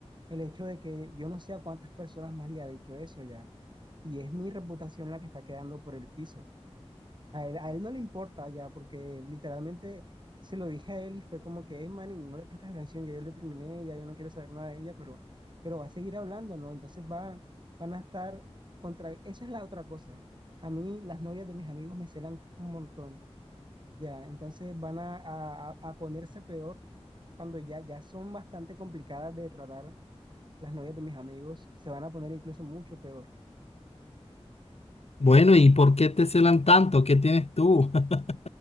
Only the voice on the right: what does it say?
el hecho de que yo no sé a cuántas personas más le ha dicho eso ya, y es mi reputación la que está quedando por el piso. A él, a él no le importa ya, porque literalmente se lo dije a él y fue como que, es man, y no le prestas atención, ya yo le terminé, ya yo no quiero saber nada de ella, pero, pero va a seguir hablando, ¿no? Entonces van, van a estar contra, esa es la otra cosa. A mí las novias de mis amigos me celan un montón. Ya, entonces van a, a- a ponerse peor cuando ya, ya son bastante complicadas de tratar las novias de mis amigos, se van a poner incluso mucho peor.